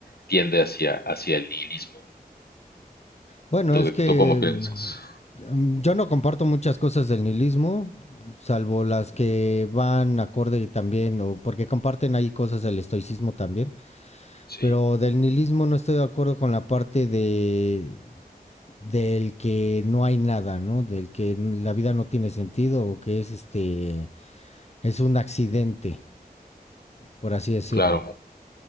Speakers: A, on the left (about 80°); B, on the left (about 45°).
A: tiende hacia, hacia el nihilismo.
B: Bueno,
A: ¿Tú,
B: es que
A: tú cómo piensas?
B: mm, mm, yo no comparto muchas cosas del nihilismo, salvo las que van acorde también, o porque comparten ahí cosas del estoicismo también,
A: Sí,
B: pero del nihilismo no estoy de acuerdo con la parte de del que no hay nada, ¿no? Del que la vida no tiene sentido o que es este es un accidente, por así decirlo.
A: claro.